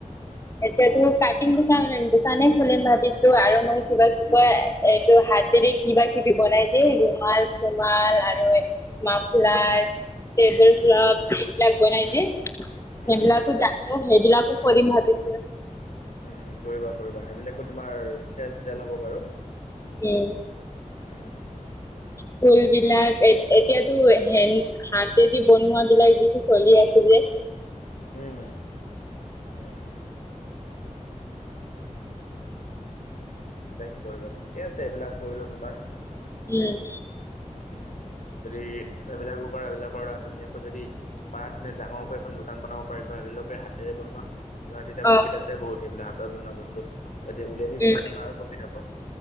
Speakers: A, on the left; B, on the left.
A: এতিয়াতো কাটিম দোকান দোকানে খুলিম ভাবিছো আৰু মই কিবা কিবা কয়? এইটো হাতেৰে কিবা কিবি বনাই যে ৰুমাল চোমাল আৰু। মাপলাৰ, টেবুল ক্লথ
B: উম
A: এইবিলাক বনাই
B: উম
A: দিয় সেইবিলাক
B: উম
A: জানো সেইবিলাকো কৰিম ভাবি।
B: উম, কৰিবা-কৰিবা সেইবিলাকো তোমাৰ চেল-চেল হ'ব বাৰু।
A: উম,
B: উম,
A: ফুল বিলাক এ এতিয়াতো হেন হাতেদি বনোৱা বিলাক যদি চলি আছিলে।
B: উম, উম, এনোকে কৰিবা ঠিকে আছে এইবিলাক কৰিলো তোমাৰ।
A: উম,
B: উ যদি এইবিলাকো কৰা এইবিলাকৰ ধুনীয়াকৈ যদি পাৰ ধুন ডাঙৰকৈ এখন দোকান বনাব পাৰিবা। সেইবিলাকে হাতেৰে বনোৱা, তোমাৰ তেতিয়া প্ৰফিট
A: অ
B: আছে বহুত সেইবিলাক হাতত বনোৱা বস্তু তেতিয়া উলিয়াই দি
A: উম
B: বনোৱা তোমাৰ আৰু প্ৰফিদ হব।